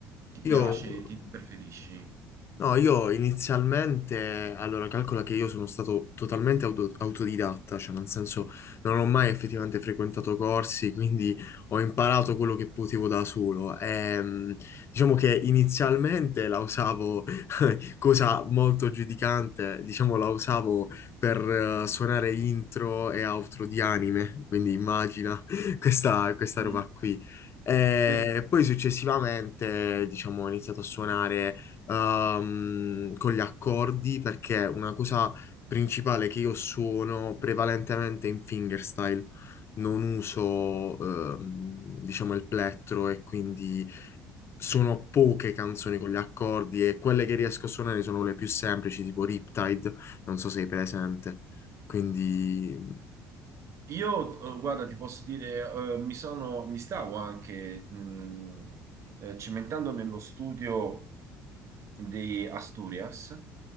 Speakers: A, on the right; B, on the left.
A: ti
B: Io...
A: piace,
B: ok.
A: ti preferisci?
B: No, io inizialmente, allora calcola che io sono stato totalmente auto- autodidatta, cioè nel senso non ho mai effettivamente frequentato corsi, quindi ho imparato quello che potevo da solo. Ehm, diciamo che inizialmente la usavo cosa molto giudicante, diciamo la usavo per eh, suonare intro e outro di anime, quindi immagina <laughs> questa, questa
A: Mm.
B: roba qui. E
A: Sì.
B: poi successivamente, diciamo, ho iniziato a suonare ehm, con gli accordi perché una cosa principale che io suono prevalentemente in fingerstyle, non uso, ehm, diciamo, il plettro e quindi sono poche canzoni con gli accordi e quelle che riesco a suonare sono le più semplici, tipo Riptide, non so se sei presente. Quindi,
A: Io, eh, guarda, ti posso dire, eh, mi sono, mi stavo anche mh, eh, cimentando nello studio di Asturias,